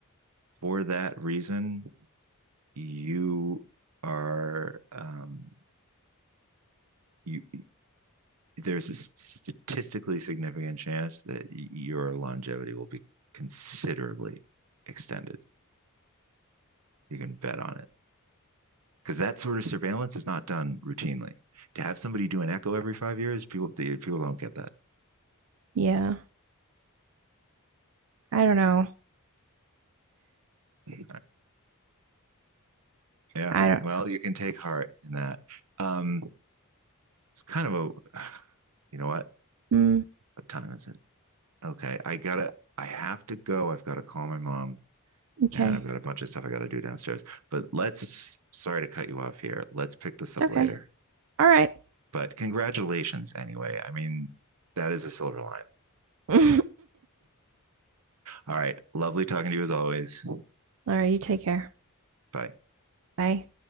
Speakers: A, on the right (about 85°); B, on the right (about 65°).
A: for that reason, you are um, you. There's a statistically significant chance that your longevity will be considerably extended. You can bet on it because that sort of surveillance is not done routinely. To have somebody do an echo every five years, people the, people don't get that.
B: Yeah. I don't know.
A: Uh, Yeah.
B: I don't.
A: Well, you can take heart in that. Um, it's kind of a, you know what?
B: Mm,
A: What time is it? Okay, I gotta, I have to go. I've got to call my mom
B: okay.
A: and I've got a bunch of stuff I got to do downstairs. But let's, sorry to cut you off here. Let's pick this
B: It's
A: up
B: okay.
A: later.
B: All right.
A: But congratulations anyway. I mean, that is a silver line.
B: <laughs> All
A: All right. Lovely talking to you as always.
B: right. You take care.
A: Bye.
B: Bye.